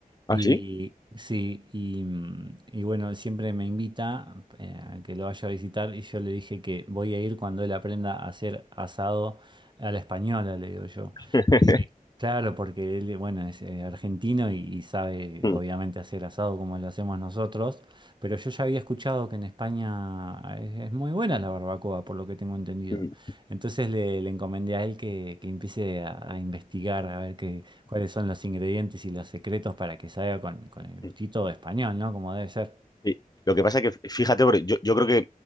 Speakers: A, on the left; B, on the right.
A: ¿Ah,
B: Y
A: sí?
B: sí, y, mm, y bueno, siempre me invita eh, a que lo vaya a visitar y yo le dije que voy a ir cuando él aprenda a hacer asado a la española, le digo yo.
A: <laughs>
B: Claro, porque él, bueno, es eh, argentino y, y sabe
A: Mm,
B: obviamente hacer asado como lo hacemos nosotros, pero yo ya había escuchado que en España ah, es, es muy buena la barbacoa, por lo que tengo entendido.
A: mm,
B: Entonces le, le encomendé a él que, que empiece a, a investigar, a ver qué, cuáles son los ingredientes y los secretos para que salga con, con el gustito
A: mm.
B: español, ¿no? Como debe ser.
A: Sí. Lo que pasa es que, fíjate, porque yo, yo creo que